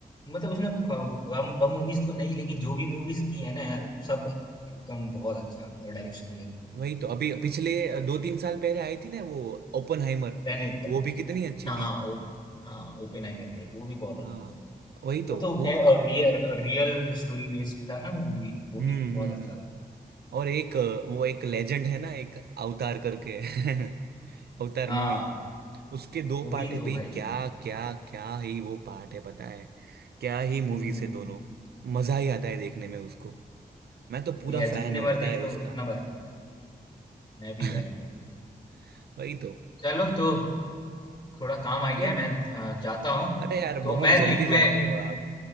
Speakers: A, on the left (about 30°); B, on the right (about 80°).
A: मतलब उसने क- कम कम मूवीज तो नहीं लेकिन जो भी मूवीज की है ना यार सब एकदम बहुत अच्छा मतलब डायरेक्शन दिया
B: वही तो अभी पिछले दो तीन साल पहले आई थी ना वो ओपनहाइमर
A: टेनेट
B: वो भी कितनी अच्छी
A: हाँ
B: थी
A: हाँ ओ, हाँ ओपेनहाइमर पे आई थी वो भी बहुत अच्छी
B: हाँ
A: थी
B: वही तो
A: वो तो
B: वो
A: खैर
B: कि-
A: और रियल रियल स्टोरी बेस्ड था ना वो मूवी वो
B: हम्म
A: भी
B: हम्म
A: बहुत अच्छा
B: हम्म।
A: था
B: और एक अ, वो एक लेजेंड है ना एक अवतार करके <laughs> अवतार
A: हाँ
B: मूवी उसके दो
A: वो
B: पार्ट
A: भी
B: है
A: तो
B: भाई
A: भाई
B: क्या क्या क्या ही वो पार्ट है पता है क्या ही मूवी
A: हम्म
B: से दोनों मजा ही आता है देखने में उसको मैं तो पूरा
A: यार
B: फैन
A: जितने
B: हूँ
A: बार
B: पता
A: देख
B: है
A: लो
B: उसका
A: उतना बार मैं भी
B: <laughs>
A: यार मैं भी
B: वही तो
A: चलो तो थोड़ा काम आ
B: चलो
A: गया है, मैं अ, जाता हूँ
B: अरे यार
A: तो
B: बहुत
A: मैं
B: जल्दी
A: लिंक
B: जाते
A: में
B: हो आप